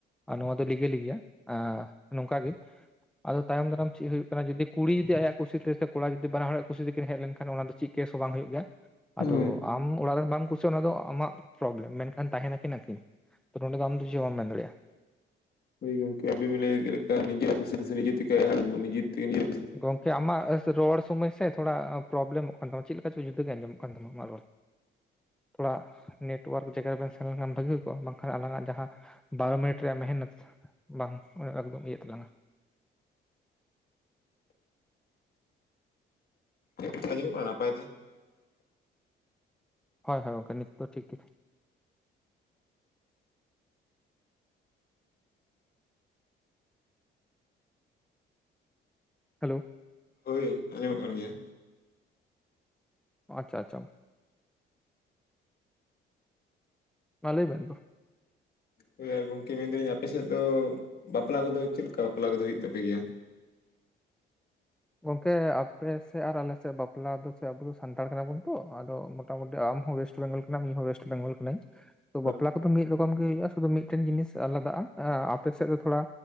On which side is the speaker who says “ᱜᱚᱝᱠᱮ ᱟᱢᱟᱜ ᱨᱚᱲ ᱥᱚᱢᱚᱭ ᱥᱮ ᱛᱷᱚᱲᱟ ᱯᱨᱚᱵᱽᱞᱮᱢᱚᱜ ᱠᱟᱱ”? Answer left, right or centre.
Centre